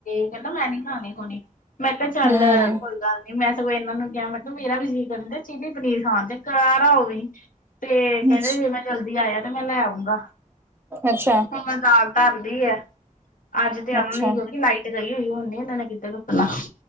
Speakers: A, on the left; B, on the right.
A: ਕਹਿੰਦਾ ਮੈਂ ਨਹੀਂ ਖਾਣੀ ਹੋਣੀ ਮੈਂ ਕਿਹਾ ਚੱਲ
B: ਹਮ
A: ਕੋਈ ਗੱਲ ਨਹੀਂ। ਮੈਂ ਸਗੋਂ ਇਹਨਾਂ ਨੂੰ ਕਿਹਾ ਮਤਲਬ ਮੇਰਾ ਵੀ ਜੀਅ ਕਰਦਾ ਚਿਲੀ ਪਨੀਰ ਖਾਣ ਦਾ ਤੇ ਕਰਾਰਾ ਹੋਵੇ। ਤੇ ਕਹਿੰਦਾ
B: ਅੱਛਾ
A: ਜੇ ਮੈਂ ਜਲਦੀ ਆਇਆ ਤੇ ਮੈਂ ਲੈ ਆਊਂਗਾ,
B: ਅੱਛਾ
A: ਹੁਣ ਮੈਂ ਦਾਲ ਘਰਦੀ ਐ, ਅੱਜ ਤੇ
B: ਅੱਛਾ
A: ਆਮਨੀ ਕਿਉਂਕਿ ਲਾਈਟ ਗਈ ਹੋਈ ਹੁਣ ਨਾ ਇਹਨਾਂ ਨੇ ਕਿਤੇ ਰੋਕਣਾ